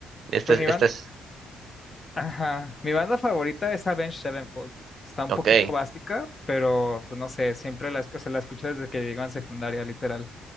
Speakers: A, on the right; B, on the left.
A: esta
B: Pues
A: es-
B: mi
A: este
B: banda,
A: es,
B: ajá, mi banda favorita es Avenged Sevenfold. Está un
A: ok.
B: poquito básica, pero pues no sé, siempre la, esc- se la escucho desde que llego en secundaria, literal.